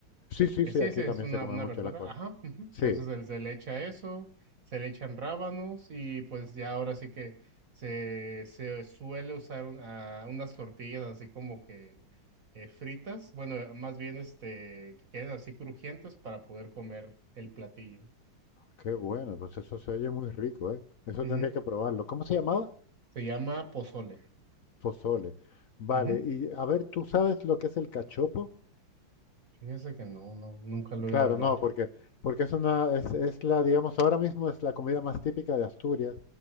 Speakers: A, on the left; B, on the right.
A: sí, sí,
B: Eh,
A: sí,
B: Sí,
A: aquí
B: sí, es
A: también
B: una,
A: se come
B: una
A: mucho
B: verdura,
A: la col.
B: ajá. ujú. Entonces
A: Sí,
B: se, se le echa eso, se le echan rábanos y pues ya ahora sí que se, se suele usar un- ah, unas tortillas así como que eh, fritas, bueno, más bien este, que queden así crujientes para poder comer el platillo.
A: qué bueno, pues eso se oye muy rico, ¿eh? Eso
B: Ujú.
A: tendría que probarlo. ¿Cómo se llamaba?
B: Se llama pozole.
A: Pozole. Vale,
B: Ujú.
A: y a ver, ¿tú sabes lo que es el cachopo?
B: Fíjese que no, no, nunca lo
A: Claro,
B: he oído hablar.
A: no, porque, porque es una, es, es la, digamos, ahora mismo es la comida más típica de Asturias,